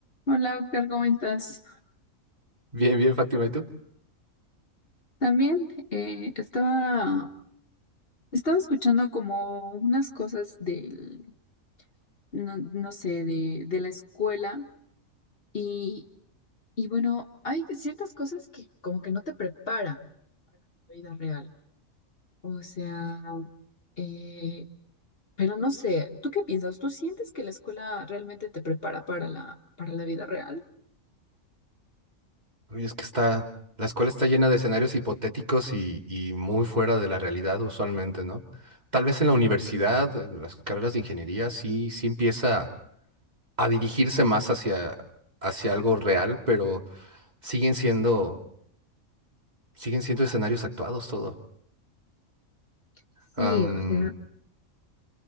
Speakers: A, on the left (about 45°); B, on the right (about 30°).
A: Hola, Oscar, ¿cómo estás?
B: Bien, bien, Fátima, ¿y tú?
A: También eh, estaba, estaba escuchando como unas cosas del, no, no sé, de, de la escuela y, y bueno, hay ciertas cosas que como que no te prepara para la vida real. O sea, eh, pero no sé, ¿tú qué piensas? ¿Tú sientes que la escuela realmente te prepara para la, para la vida real?
B: Oye, es que está, la escuela está llena de escenarios hipotéticos y, y muy fuera de la realidad usualmente, ¿no? Tal vez en la universidad, en las carreras de ingeniería, sí, sí empieza a dirigirse más hacia, hacia algo real, pero siguen siendo, siguen siendo escenarios actuados todo.
A: Sí,
B: Am,
A: o sea,